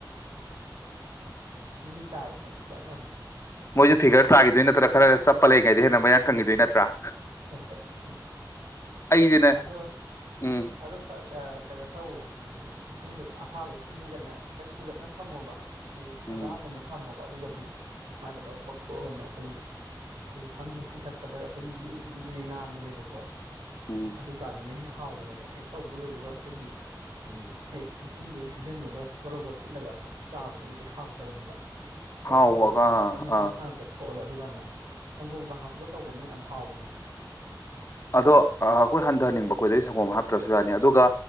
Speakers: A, on the right (about 85°); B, on the left (about 35°).
A: ꯃꯤ ꯇꯥꯔꯦ ꯃꯣꯏꯁꯨ ꯆꯞ ꯃꯥꯟꯅꯩ
B: ꯃꯣꯏꯅ ꯐꯤꯒꯔ ꯇꯒꯤꯗꯣꯏ ꯅꯠꯇ꯭ꯔ ꯈꯔ ꯆꯞ ꯄꯜꯂꯤꯉꯩꯗ ꯍꯦꯟꯅ ꯃꯌꯥꯡꯪꯈꯤꯗꯣꯏ ꯅꯠꯇ꯭ꯔꯥ
A: ꯍꯣ ꯍꯣꯏ ꯑ ꯍꯤ ꯍꯤ
B: ꯑꯩꯗꯤꯅꯦ
A: ꯑꯥꯗꯣ
B: ꯎꯝ
A: ꯈꯔ ꯈꯔ ꯀꯩꯅꯣ ꯇꯧ ꯎ ꯑꯝ ꯏꯁꯤꯡꯗꯨ ꯑꯁꯥꯕꯗ ꯇꯤꯡꯉꯒꯅꯦ ꯈꯤꯇꯪ ꯀꯨꯏꯔꯞꯅ ꯊꯝꯃꯣꯕ ꯃꯤꯅꯤꯠ
B: ꯎꯝ
A: ꯇꯔꯥꯒꯨꯝꯕ ꯊꯝꯃꯣꯕ ꯑꯗꯨꯒꯗꯤ ꯃꯥꯏꯗꯣ ꯂꯣꯏ ꯄꯣꯛꯊꯣꯛꯑꯒꯅꯦ ꯑꯩꯈꯣꯏꯒꯤ ꯑꯩꯈꯣꯏꯒꯤ ꯈꯪꯗꯦ ꯆꯤꯡꯈꯠꯄꯗ ꯑꯩꯈꯣꯏꯒꯤ ꯖꯤꯔꯤ ꯖꯤꯔꯤ ꯖꯤꯔꯤ ꯅꯥꯟꯕꯅꯦꯕꯀꯣ
B: ꯎꯝ
A: ꯑꯗꯨ ꯀꯥꯟꯗꯅꯦ ꯍꯦꯟꯅ ꯍꯥꯎꯕꯅꯦꯕ ꯍꯦꯛ ꯇꯧꯕ ꯂꯣꯏꯕꯒ ꯑꯩꯈꯣꯏꯒꯤ ꯎꯝ ꯍꯦꯛ ꯏꯁꯤꯡꯗꯤ ꯍꯩꯖꯤꯜꯕꯒ ꯀꯣꯔꯣꯒꯣꯠ ꯊꯤꯠꯂꯒ ꯊꯛ ꯆꯥꯕꯗꯨꯗꯤ ꯍꯥꯎꯇꯕꯅꯦꯕ ꯄꯣꯛꯊꯣꯛꯍꯜꯂ
B: ꯍꯥꯎꯕꯒ
A: ꯐꯥꯖꯥꯅ
B: ꯑꯥ
A: ꯃꯄꯨꯡ
B: ꯑꯥ
A: ꯐꯥꯅ ꯄꯣꯛꯊꯣꯛꯍꯜꯂ ꯑꯗꯨꯒꯅꯦ ꯁꯪꯒꯣꯝꯒ ꯍꯥꯞꯄꯒ ꯇꯧꯕꯅꯦ ꯌꯥꯝ ꯍꯥꯎꯕꯅꯦ
B: ꯑꯗꯣ ꯑꯩꯈꯣꯏ ꯍꯟꯊꯍꯟꯅꯤꯡꯕ ꯑꯩꯈꯣꯏꯗꯗꯒꯤ ꯁꯪꯒꯣꯝ ꯍꯥꯞꯇ꯭ꯔꯁꯨ ꯌꯥꯅꯤ ꯑꯗꯨꯒ